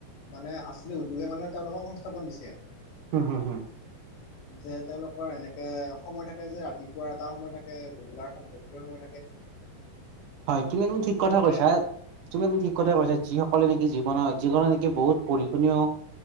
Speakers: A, on the left (about 80°); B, on the right (about 65°).
A: মানে আছিলে, উদ্যোগে মানুহে তেওঁলোকক সংস্থাপন দিছে।
B: হুম, হুম।
A: <inaudible> যে তেওঁলোকৰ এনেকে সময় থাকে যে ৰাতিপুৱাৰ এটা সময় থাকে, গধূলাৰ গধূলিৰ সময় থাকে।
B: হয়, তুমি একদম ঠিক কথা
A: তেনেকে
B: কৈছা, তুমি একদম ঠিক কথাই
A: উম
B: কৈছা। যি- সকলে নেকি জীৱনত, জীৱনত নেকি বহুত পঢ়ি শুনিও-